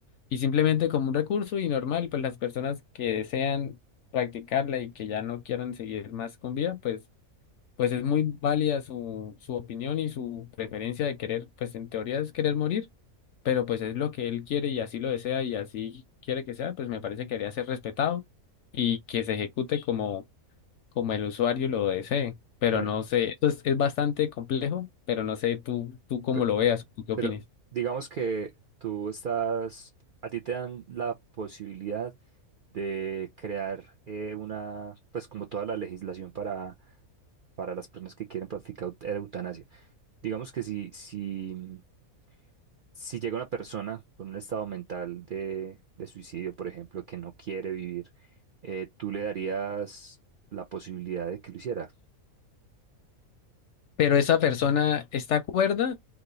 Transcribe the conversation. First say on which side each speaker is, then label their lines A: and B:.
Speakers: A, on the left (about 65°); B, on the right (about 65°).
A: y simplemente como un recurso y normal, pues las personas que desean practicarla y que ya no quieran seguir más con vida, pues pues es muy válida su, su opinión y su preferencia de querer, pues en teoría es querer morir, pero pues es lo que él quiere y así lo desea y así quiere que sea, pues me parece que debería ser respetado y que se ejecute como, como el usuario lo desee. Pero
B: Bueno,
A: no sé, esto es, es bastante complejo, pero no sé tú, tú cómo
B: pe-
A: lo veas, tú qué
B: pero
A: opines.
B: digamos que tú estás, a ti te dan la posibilidad de crear eh, una, pues como toda la legislación para, para las personas que quieren practicar eut- eutanasia. Digamos que si, si Si llega una persona con un estado mental de, de suicidio, por ejemplo, que no quiere vivir, eh, ¿tú le darías la posibilidad de que lo hiciera?
A: Pero esa persona está cuerda